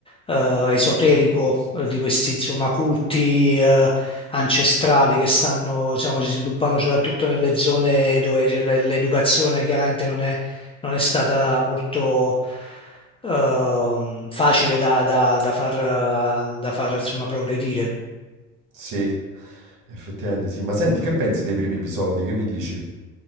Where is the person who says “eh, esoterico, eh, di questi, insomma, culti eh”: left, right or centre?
Left